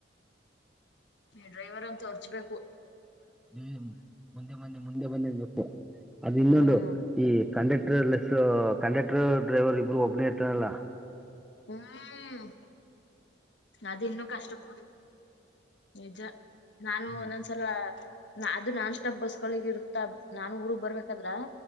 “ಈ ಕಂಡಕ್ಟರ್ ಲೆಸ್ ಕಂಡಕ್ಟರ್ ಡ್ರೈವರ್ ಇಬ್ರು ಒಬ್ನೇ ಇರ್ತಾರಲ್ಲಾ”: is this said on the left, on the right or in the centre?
Centre